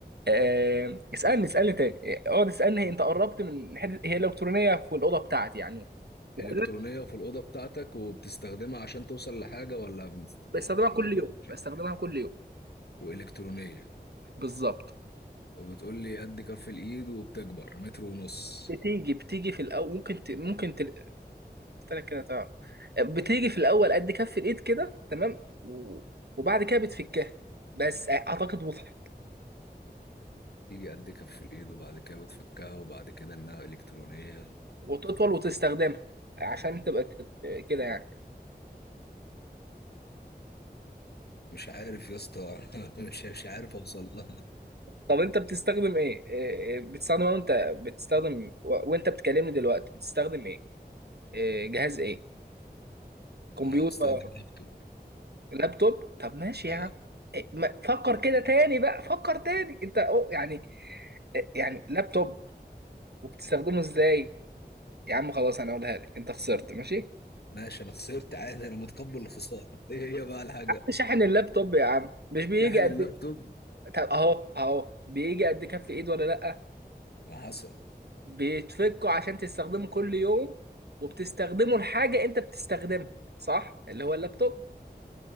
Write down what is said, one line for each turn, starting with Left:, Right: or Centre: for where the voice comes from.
Right: آه، اسالني اسالني تاني اقعد اسالني هي انت قربت من حته هي الكترونيه في الاوضه بتاعتي يعني وكلنا
Left: إلكترونية في الأوضة بتاعتك وبتستخدمها عشان توصل لحاجة ولا بت... بت-
Right: بستخدمها
Left: أنا
Right: كل
Left: برضه
Right: يوم
Left: كنت شايف.
Right: بستخدمها كل يوم
Left: وإلكترونية
Right: بالظبط
Left: وبتقول لي قد كف الإيد وبتكبر متر ونص
Right: بتيجي بتيجي في الاول ممكن ت... ممكن تل... قلت لك كده تعرف بتيجي في الاول قد كف الايد كده تمام و... وبعد كده بتفكها بس اعتقد واضحه
Left: تيجي قد كف الإيد وبعد كده بتفكها وبعد كده إنها إلكترونية
Right: وتطول وتستخدمها عشان تبقى ت... كده يعني
Left: مش عارف يا اسطى <laughs> مش مش عارف اوصل لها
Right: طب انت بتستخدم ايه إيه، إيه بتستخدم وانت بتستخدم و- وانت بتكلمني دلوقتي بتستخدم ايه إيه، جهاز ايه كمبيوتر
Left: اه بستخدم اللابتوب
Right: لابتوب طب ماشي
Left: اه
Right: يا عم إيه، ما- فكر كده تاني بقى فكر تاني انت أو يعني يعني لابتوب وبتستخدمه ازاي يا عم خلاص انا اقولها لك انت خسرت ماشي
Left: ماشي انا خسرت عادي انا متقبل الخساره <laughs> ايه هي بقى الحاجه
Right: شاحن اللابتوب يا عم مش بيجي
Left: شاحن
Right: قد
Left: اللابتوب
Right: طب اهو اهو بيجي قد كف ايد ولا لا
Left: ما حصل
Right: بيتفكه عشان تستخدمه كل يوم وبتستخدمه لحاجه انت بتستخدمها صح اللي هو اللابتوب